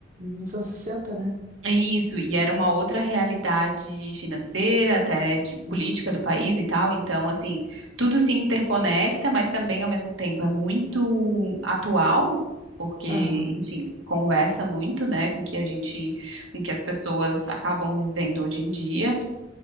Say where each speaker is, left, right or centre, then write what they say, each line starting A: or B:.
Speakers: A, on the right; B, on the right.
A: nos anos 60, né?
B: Isso, e era uma outra realidade financeira, até de política
A: Aham,
B: do país e tal. Então, assim, tudo se interconecta, mas também ao mesmo tempo é muito atual, porque,
A: aham,
B: enfim, conversa muito, né, com o que a gente, com o que as pessoas acabam vivendo hoje em dia.